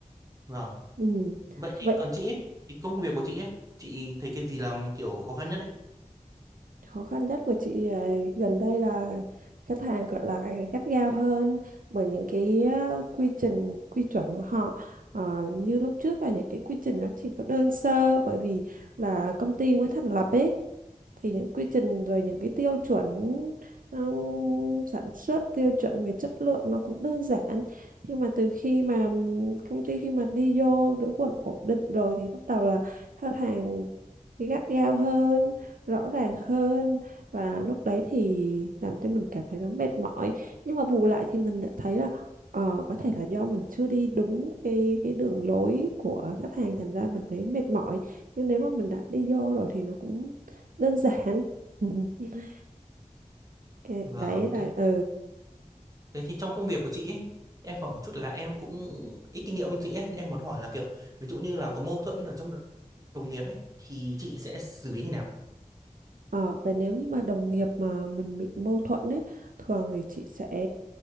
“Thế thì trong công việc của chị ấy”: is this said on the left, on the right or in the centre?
Right